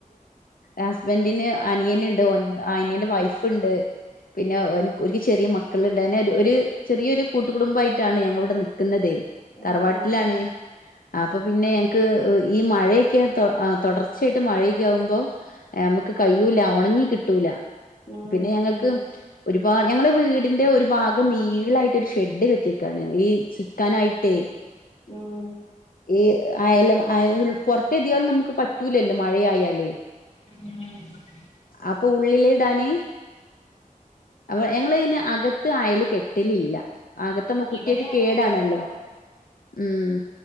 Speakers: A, on the left (about 80°); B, on the left (about 45°).
A: ഹസ്ബന്റിന് അനിയന്ണ്ട്. അനിയന്റെ വൈഫ്ണ്ട്. പിന്നെ ഓൻക്ക് ഓല്ക്ക് ചെറിയ മക്കള്ണ്ട്. അങ്ങനെ ഒരു ചെറിയൊരു കൂട്ടുകുടുംബായിട്ടാണ് ഞങ്ങള് ഇവിടെ നിക്കുന്നത് തറവാട്ട്ലാണ്
B: ഉം ഉം ഉം
A: അപ്പൊ പിന്നെ ഞങ്ങക്ക് ഈ മഴയൊക്കെ തൊടർച്ചയായിട്ട് മഴയൊക്കെ ആമ്പോ ഏ അമ്മക്ക് കയ്യൂല. ഒണങ്ങി കിട്ടൂല
B: ഉം
A: പിന്നെ ഞങ്ങക്ക് ഒരുപാട് ഞങ്ങള് വീടിന്റെ ഒരു ഭാഗം നീളായിട്ട് ഒരു ഷെഡ് കെട്ടിയക്കാണ് ഈ ചിക്കാനായിട്ടേ <unintelligible>
B: ഉം
A: ഈ അയ്ലും ഉ പൊർത്തേതായാലും നമുക്ക് പറ്റൂലല്ലോ മഴയാല്
B: <unintelligible>
A: അപ്പൊ ഉള്ളില് ഇടാന് അ ഞങ്ങളയ്ന് അകത്ത് അയ്ല് കെട്ടലില്ല അകത്താമ്പോ കുട്ട്യേക്ക്
B: ഇവിടെ അതാ
A: കേടാണല്ലോ
B: കൊഴപ്പം
A: ഉം